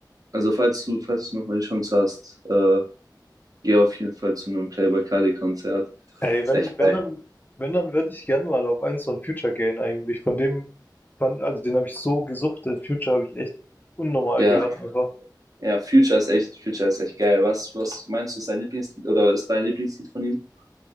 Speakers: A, on the right; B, on the left.
A: also falls du, falls du nochmal die Chance hast, äh, gehe auf jeden Fall zu einem Playboi Carti Konzert.
B: Ey,
A: Ist
B: wenn,
A: echt geil.
B: wenn dann, wenn dann würde ich gerne mal auf eins von Future gehen eigentlich. Von dem, fand, also den habe ich so gesuchtet. Future habe ich echt unnormal
A: Ja,
B: gehört einfach.
A: ja, Future ist echt, Future ist echt geil. Was, was meinst du, ist dein Lieblingslied oder ist dein Lieblingslied von ihm?